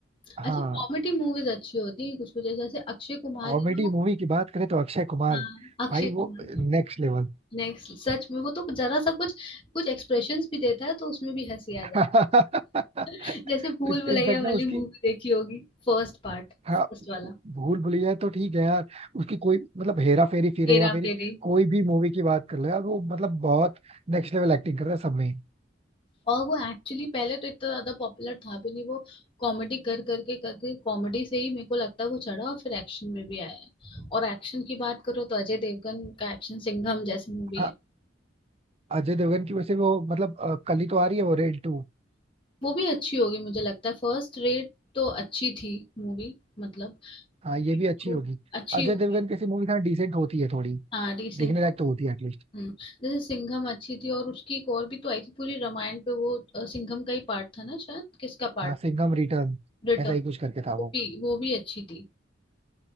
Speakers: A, on the right; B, on the left.
A: हाँ
B: अच्छा कॉमेडी मूवीज अच्छी होती है कुछ कुछ जैसे अक्षय कुमार
A: कॉमेडी
B: है ना वो
A: मूवी की बात करें तो अक्षय कुमार
B: हाँ अक्षय
A: भाई
B: कुमार
A: वो नेक्स्ट लेवल
B: नेक्स्ट सच में वो तो जरा सा कुछ कुछ एक्सप्रेशंस भी देता है तो उसमें भी हंसी
A: <laughs>
B: आ जाती है जैसे भूल भुलैया
A: इनफैक्ट
B: वाली
A: ना उसकी
B: मूवी देखी होगी फर्स्ट पार्ट
A: हाँ
B: फर्स्ट वाला
A: भूल भुलैया है तो ठीक है यार उसकी कोई मतलब हेरा फेरी फिर
B: हेरा
A: हेरा फेरी
B: फेरी
A: कोई भी मूवी की बात कर लो यार वो मतलब बहुत नेक्स्ट लेवल एक्टिंग कर रहा है सब में
B: और वो एक्चुअली पहले तो इतना ज्यादा पॉपुलर था भी नहीं वो कॉमेडी कर करके करके कॉमेडी से ही मेरे को लगता है वो चढ़ा और फिर एक्शन में भी आया है और एक्शन की बात करो तो अजय देवगन का एक्शन सिंघम जैसी मूवी
A: हाँ
B: है
A: अजय देवगन की वैसे वो मतलब अ, कल ही तो आ रही है वो रेड टू
B: वो भी अच्छी होगी मुझे लगता है फर्स्ट रेट तो अच्छी थी मूवी मतलब
A: हाँ ये भी अच्छी
B: तो
A: होगी
B: अच्छी
A: अजय
B: होगी
A: देवगन कैसी मूवी था डिसेंट होती है थोड़ी
B: हाँ डिसेंट
A: देखने लायक
B: होगी।
A: तो होती है एटलीस्ट
B: हम्म जैसे सिंघम अच्छी थी और उसकी एक और भी तो आई थी पूरी रामायण पे वो अ, सिंघम का ही पार्ट था ना शायद किसका पार्ट
A: हाँ सिंघम रिटर्न
B: रिटर्न
A: ऐसा ही कुछ करके था
B: वो
A: वो
B: भी वो भी अच्छी थी